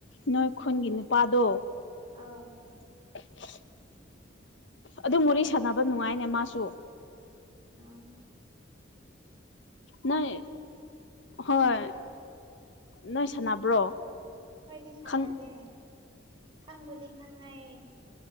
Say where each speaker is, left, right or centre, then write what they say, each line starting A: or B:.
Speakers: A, on the left; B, on the right.
A: ꯅꯣꯏ ꯈꯨꯟꯒꯤ ꯅꯨꯄꯥꯗꯣ
B: ꯑꯥ
A: <unintelligible> ꯑꯗꯨ ꯃꯔꯤ ꯁꯥꯟꯅꯕ ꯅꯨꯡꯉꯥꯏꯅꯦ ꯃꯥꯁꯨ
B: ꯑꯥ
A: ꯅꯣꯏ ꯍꯣꯏ ꯅꯣꯏ ꯁꯥꯟꯅꯕ꯭ꯔꯣ
B: ꯑꯩꯈꯔꯗꯤꯁꯅꯗꯦ
A: ꯈꯪ
B: ꯈꯪꯕꯨꯨꯗꯤ ꯈꯪꯉꯏ